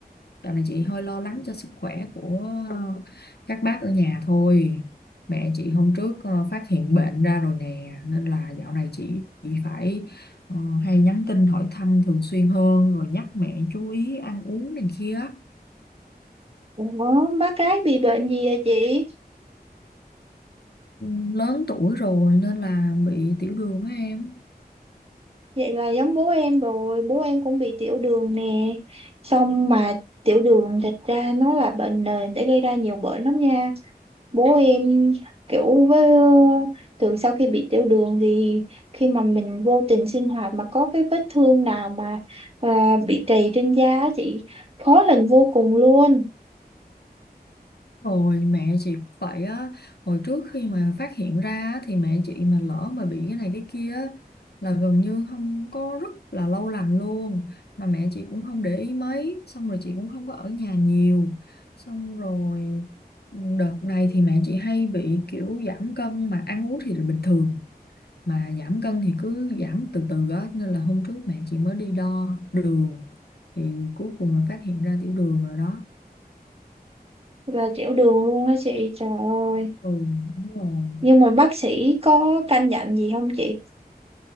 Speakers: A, on the left; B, on the right.
A: Dạo này chị hơi lo lắng cho sức khỏe của các bác ở nhà thôi. Mẹ chị hôm trước ờ, phát hiện bệnh ra rồi nè, nên là dạo này chị chị phải ờ, hay nhắn tin hỏi thăm thường xuyên hơn, rồi nhắc mẹ chú ý ăn uống này kia.
B: Ủa, bác cái bị bệnh gì vậy chị?
A: Ừ, Lớn tuổi rồi nên là bị tiểu đường á em.
B: Vậy là giống bố em rồi, bố em cũng bị tiểu đường nè. Xong mà tiểu đường thật ra nó là bệnh nền để gây ra nhiều bệnh lắm nha. Bố em kiểu với từ sau khi bị tiểu đường thì khi mà mình vô tình sinh hoạt mà có cái vết thương nào mà à, bị trầy trên da á chị khó lành vô cùng luôn
A: Rồi mẹ chị cũng vậy á Hồi trước khi mà phát hiện ra á, Thì mẹ chị mà lỡ mà bị cái này cái kia á, Là gần như không có rất là lâu lành luôn Mà mẹ chị cũng không để ý mấy Xong rồi chị cũng không có ở nhà nhiều Xong rồi ừ, đợt này thì mẹ chị hay bị kiểu giảm cân Mà ăn uống thì là bình thường Mà giảm cân thì cứ giảm từ từ á Nên là hôm trước mẹ chị mới đi đo đường Thì cuối cùng là phát hiện ra tiểu đường rồi đó
B: là tiểu đường luôn á chị trời ơi
A: Ừ đúng rồi
B: nhưng mà bác sĩ có căn dặn gì không chị